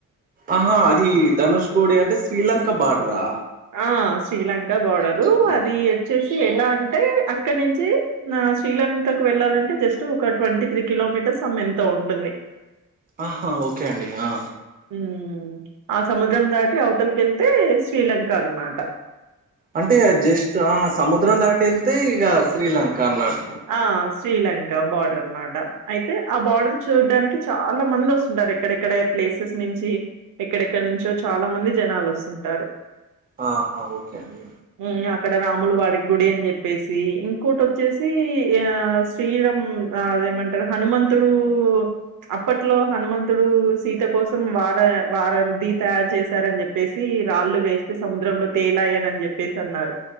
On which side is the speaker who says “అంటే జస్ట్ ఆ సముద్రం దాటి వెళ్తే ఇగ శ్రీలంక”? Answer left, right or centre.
Right